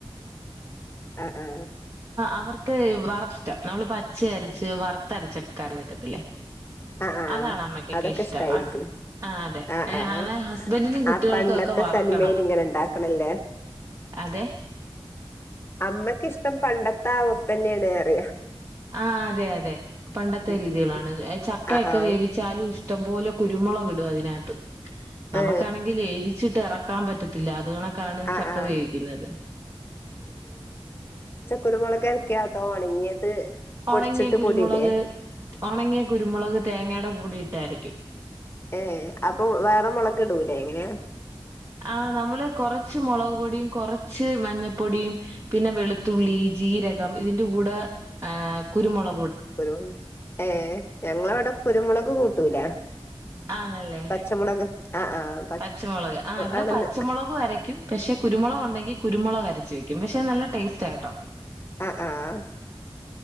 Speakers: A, on the left; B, on the right.
A: അ ആ
B: അവർക്ക് വർഷ്ടം നമ്മള് പച്ചയരച്ച് വറത്തരച്ചൊക്കെ കറി വെക്കത്തില്ലേ
A: ആ ആ
B: അതാണ് അമ്മക്കൊക്കെഷ്ടം
A: അതൊക്കെ ഇഷ്ടായിരിക്കും
B: അതെ
A: ആ ആ
B: ഹസ്ബൻഡിനുനും കുട്ടികൾകൊക്കെ
A: ആ പണ്ടത്തെ
B: വറുക്കണം
A: തനിമയിൽ ഇങ്ങനെ ഉണ്ടാക്കണല്ലേ
B: അതെ
A: അമ്മക്കിഷ്ടം പണ്ടത്തെ ആ വെപ്പന്നെണ് ന്നറിയാ
B: ആ അതെ അതെ പണ്ടത്തെ രീതികളാണിത്
A: ഉം
B: ചക്കയൊക്കെ
A: ആ ആ
B: വേവിച്ചാലും ഇഷ്ടംപോലെ കുരുമുളക് ഇ ടും അതിനകത്ത് നമക്കാണെങ്കിൽ
A: ഏ
B: എരിച്ചിട്ട് ഇറക്കാൻ പറ്റത്തില്ല അത് കണക്കാണ്
A: ആ
B: ചക്ക
A: ആ
B: വേവിക്കുന്നത്
A: കുരുമുളക്കരക്കാ അതോ ഒണങ്ങിയത് പൊടിച്ചിട്ട്
B: ഒണങ്ങിയ കുരുമുളക്
A: പൊടിയിടേ
B: ഒണങ്ങിയ കുരുമുളക് തേങ്ങേടെ കൂടെയിട്ട് അരക്കും
A: ഏ അപ്പ വേറെ മുളകിടൂല്ലേ ഇങ്ങനേ
B: ആ നമ്മള് കൊറച്ചു മുളകുപൊടിയും കൊറച്ചു മഞ്ഞപ്പൊടിയും പിന്നെ വെളുത്തുള്ളി ജീരകം ഇതിന്റെ കൂടെ കുരുമുള
A: ഒരു ഏ ഞങ്ങളെവിടെ കുരുമുളക് കൂട്ടൂല
B: ആന്നല്ലേ
A: പച്ചമുളക് ആഹ് ആഹ്
B: പച്ചമുളക് ആഹ് ഇവിടെ
A: ആണെന്ന്
B: പച്ചമുളകും അരക്കും പക്ഷെ കുരുമുളക് ഉണ്ടെങ്കിൽ കുരുമുളക് അരച്ച് വെക്കും പക്ഷെ നല്ല ടേസ്റ്റ് ആഹ് കേട്ടോ
A: ആഹ് ആഹ്